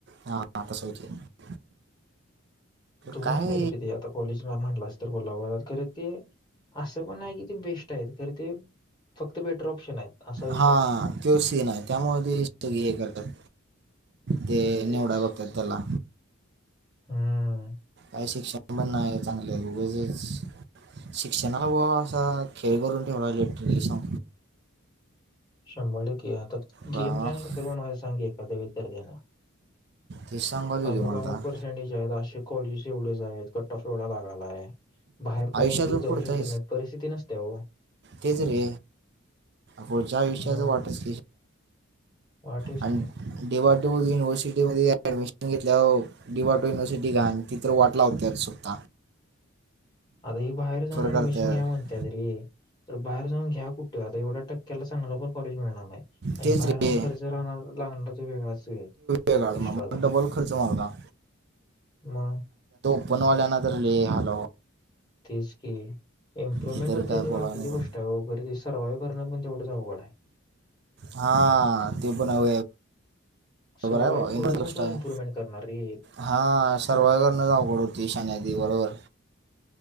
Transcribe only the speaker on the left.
दोनच
आहे त रे ते आता कॉलेजला म्हटलं अस तर बोलाव.. ते असं पण आहे कि ते बेस्ट आहेत खर ते.. फक्त बेटर ऑप्शन आहेत असा विषय
आहे
तेच
हम्म...
शंभर टक्के आता
गेम प्लॅन कस बनवाय सांगी एखाद्या विद्यार्थ्याना.... <unintelligible>
अमुक
अमुक पर्सेंटेज आहेत असे कॉलेज एवढेच आहेत कट ऑफ एवढा लागाला आहे.. बाहेर पण
एक एक जाऊ
शकत
नाहीत परिस्थिती नसते हो
मग
वाटेच
की
<unintelligible> आता ही बाहेर जाऊन ऍडमिशन
घ्या म्हणते तरी तर बाहेर जाऊन घ्या कुठे आता एवढा.. टक्क्याला चांगलं पण कॉलेज मिळणार नाही आणि
बाहेरून
खर्च राहणार लागणार वेगळाच..
एक्स्ट्राचा
मग...
तेच की इम्प्रुव्हमेंट
होत
त ते
बाकीची
गोष्ट आहे वगैरे सव्हाईव करण पण जाऊड
सर्वाईव्ह
करून मग तो
इम्प्रुव्हमेंट करणार रे.
मग